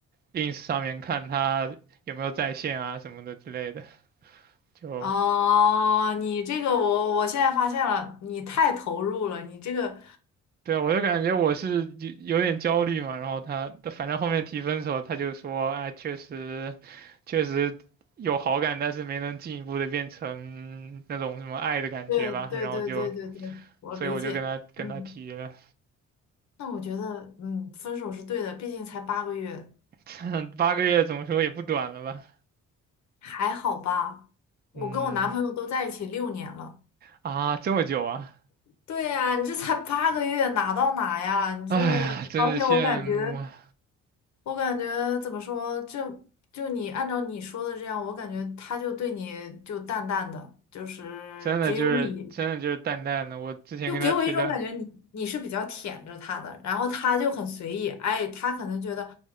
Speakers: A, on the right; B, on the left.
A: ins 上面看他有没有在线啊什么的之类的，就
B: 哦，你这个我我现在发现了，你太投入了，你这个，
A: 对啊，我就感觉我是有有点焦虑嘛，然后他反正后面提分手，他就说，哎，确实确实。有好感，但是没能进一步的变成那种什么爱的感觉吧，
B: 对对对对对对，
A: 然后就，
B: 我理解。
A: 所以我就跟他跟他提了。
B: 嗯，那我觉得，嗯，分手是对的，毕竟才八个月，
A: <laughs> 八个月怎么说也不短了吧？
B: 还好吧？我跟我男朋友都在一起六年了。
A: 嗯啊，这么久啊！
B: 对呀，你这才八个月，哪到哪呀？你这，
A: 哎呀，真是羡慕啊！
B: 而且我感觉。我感觉怎么说，就就你按照你说的这样，我感觉他就对你就淡淡的，就是只有你，
A: 真的就是真的就是淡淡的，我之前跟他提的，
B: 就给我一种感觉你，你是比较舔着他的，然后他就很随意，哎，他可能觉得，